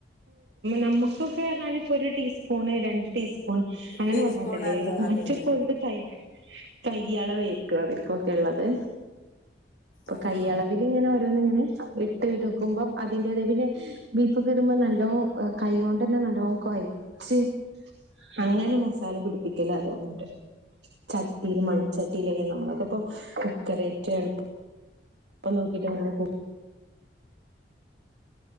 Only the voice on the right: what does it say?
നമുക്കൊക്കെർറഞ്ഞാല് പ്പൊരു ടീസ്പൂണ് രണ്ട് ടീസ്പൂൺ അങ്ങനെ
പറഞ്ഞാണ്ടല്ലേ
മറ്റേ
<unintelligible> കൈ അളവായിരിക്കും അവക്കൊക്കെള്ളത് ഇപ്പൊകയ്യളവില്ഇങ്ങനെ
ഓരോന്ന് ഇങ്ങനെ ഇട്ട്ഇട്ക്കുമ്മ്മ്പോ അതിന്റത്പിന്നെ ബീഫോ നല്ലോം കൈയ്യോണ്ടന്നെനല്ലോം കോയച് അങ്ങനെ മസാലപിടിപ്പിക്കലതൊന്ന്ണ്ട് ചട്ടില് മൺചട്ടിയിലൊക്കെ നമ്മൾക്കപ്പൊ കുക്കറെ <unintelligible> പ്പം നോക്കീട്ട് നമ്മള്